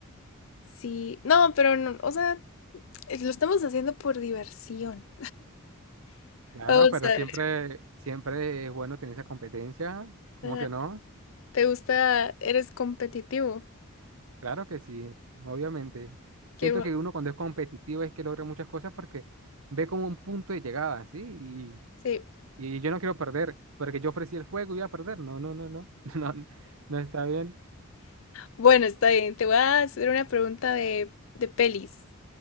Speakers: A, on the left; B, on the right.
A: Sí. No, pero no, o sea, es- lo estamos haciendo por diversión.
B: Claro,
A: Vamos
B: pero
A: a
B: siempre,
A: ver.
B: siempre es bueno tener esa competencia, ¿cómo
A: ah,
B: que no?
A: ¿Te gusta? ¿Eres competitivo?
B: Claro que sí, obviamente.
A: Qué
B: Siento
A: bueno.
B: que uno cuando es competitivo es que logra muchas cosas porque ve como un punto de llegada, ¿sí?
A: Sí.
B: Y yo no quiero perder, porque yo ofrecí el juego y iba a perder. No, no, no, no, <laughs> no, no está bien.
A: Bueno, está bien. Te voy a hacer una pregunta de, de pelis,